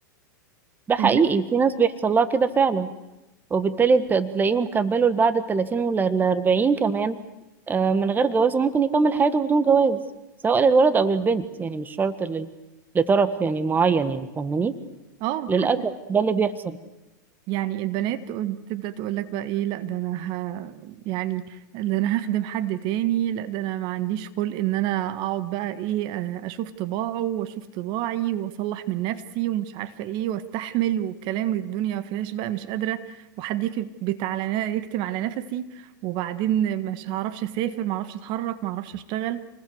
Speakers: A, on the right; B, on the right.
A: ده حقيقي
B: الناس
A: في ناس بيحصل لها كده فعلا وبالتالي بت- تلاقيهم كملوا بعد التلاتين ولا الأربعين كمان آه، من غير جواز وممكن يكمل حياته بدون جواز سواء للولد أو للبنت يعني مش شرط لل... لطرف يعني معين يعني فاهماني
B: اه
A: للأسف
B: حتى
A: ده اللي بيحصل
B: يعني البنات تقول- تبدأ تقول لك بقى ايه لا ده انا ه... يعني ده انا هخدم حد تاني لا ده انا ما عنديش خلق ان انا اقعد بقى ايه آه، اشوف طباعه واشوف طباعي واصلح من نفسي ومش عارفة ايه واستحمل وكلام الدنيا ما فيهاش بقى مش قادرة وحد يكبت على نا- يكتم على نفسي وبعدين مش هعرفش اسافر ما اعرفش اتحرك ما اعرفش اشتغل